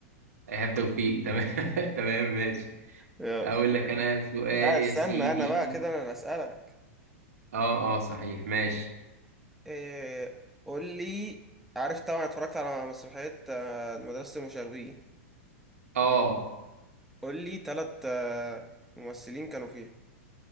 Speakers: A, on the right; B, in the centre.
A: إيهاب توفيق تمام <laughs> تمام ماشي
B: يلا
A: أقول لك أنا سؤال
B: لا
A: يا
B: استنى
A: سيدي
B: انا بقى كده انا اللي اسألك
A: أه أه صحيح ماشي
B: إيه قول لي عارف طبعا اتفرجت على مسرحية آه، مدرسة المشاغبين
A: أه
B: قول لي تلات آه، ممثلين كانوا فيها